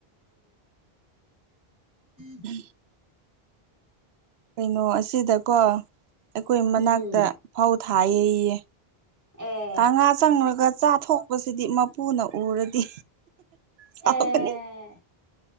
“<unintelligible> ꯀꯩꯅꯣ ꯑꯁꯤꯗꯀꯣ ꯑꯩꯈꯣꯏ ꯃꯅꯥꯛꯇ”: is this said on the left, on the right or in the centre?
Right